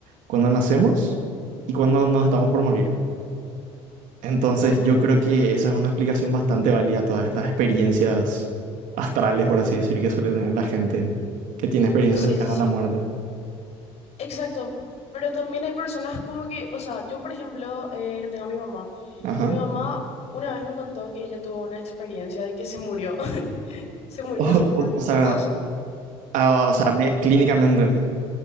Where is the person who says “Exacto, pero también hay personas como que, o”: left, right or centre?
Left